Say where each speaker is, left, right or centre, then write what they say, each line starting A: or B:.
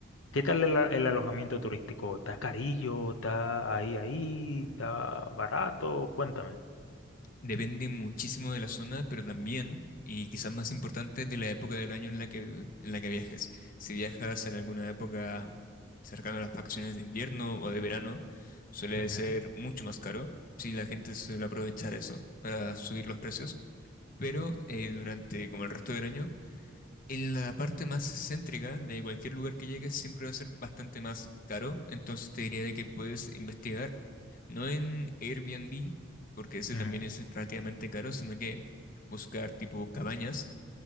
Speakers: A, on the left; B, on the left.
A: ¿Qué tal el, a- el alojamiento turístico? ¿Está carillo? ¿Está ahí, ahí? ¿Está barato? Cuéntame.
B: Depende muchísimo de la zona, pero también, y quizás más importante, de la época del año en la que, en la que viajes. Si viajas en alguna época cercana a las vacaciones de invierno o de verano, suele
A: Ujú,
B: ser mucho más caro. Si la gente suele aprovechar eso para subir los precios pero eh, durante como el resto del año En la parte más céntrica de cualquier lugar que llegues siempre va a ser bastante más caro, entonces te diría de que puedes investigar, no en Airbnb, porque ese
A: ujú,
B: también es relativamente caro, sino que buscar tipo cabañas